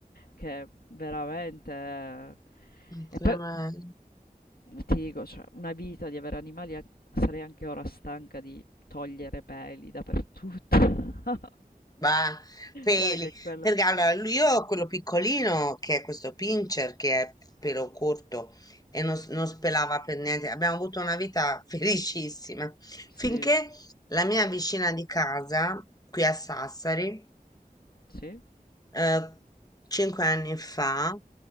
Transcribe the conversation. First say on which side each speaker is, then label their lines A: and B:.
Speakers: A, on the left (about 80°); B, on the left (about 25°).
A: che veramente... eh". E
B: Clemen.
A: poi Ti dico, cioè, una vita di avere animali, an- sarei anche ora stanca di togliere peli dappertutto. <laughs>
B: Bah, peli.
A: Eh, che
B: <laughs>
A: quello.
B: Perché allora lui- io ho quello piccolino che è questo pincher che è pelo corto e non, s- non spelava per niente. Abbiamo avuto una vita <laughs> felicissima
A: Sì,
B: finché la mia vicina di casa, qui a Sassari,
A: sì,
B: eh, cinque anni fa.